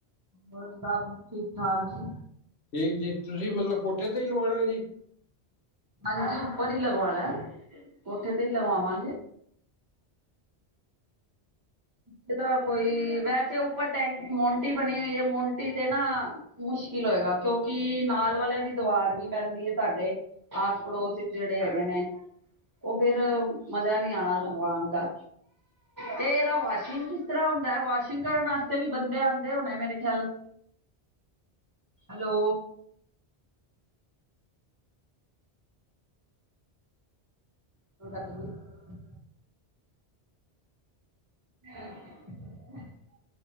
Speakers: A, on the right (about 20°); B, on the left (about 75°).
A: ਹੋਰ ਸਭ, ਠੀਕ ਠਾਕ ਜੀ।
B: ਠੀਕ ਜੀ, ਤੁਸੀ ਮਤਲਬ ਕੋਠੇ ਤੇ ਈ ਲਵਾਣਾ ਜੀ।
A: ਹਾਂਜੀ, ਉੱਪਰ ਹੀ ਲਗਵਾਣਾ, ਕੋਠੇ ਤੇ ਹੀ ਲਵਾਵਾਂਗੇ। ਜਿਦਾਂ ਕੋਈ ਵੈਸੇ ਉੱਪਰ ਟੈਂਕ ਮੋਨਟੀ ਬਨੀ ਹੋਈ ਏ, ਮੋਨਟੀ ਦੇ ਨਾ ਮੁਸ਼ਕਿਲ ਹੋਏਗਾ, ਕਯੋਂਕਿ ਨਾਲ ਵਾਲੇਆਂ ਦੀ ਦਵਾਰ ਵੀ ਪੈਂਦੀ ਏ ਤਾਡੇ ਆਸ, ਪੜੋਸਚ ਜੇੜੇ ਹੈਗੇ ਨੇ ਓ ਫੇਰ ਮਜ਼ਾ ਨੀ ਆਣਾ ਲੰਗਵਾਨ ਦਾ, ਤੇ ਏਦਾ ਵਾਸ਼ਿੰਗ ਕਿਸ ਤਰਾ ਹੁੰਦਾ, ਵਾਸ਼ਿੰਗ ਕਰਨ ਆਸਤੇ ਵੀ ਬੰਦੇ ਆਂਦੇ ਹੋਣੇ ਮੇਰੇ ਖਿਆਲ ਹਲੋ। <unintelligible> <unintelligible>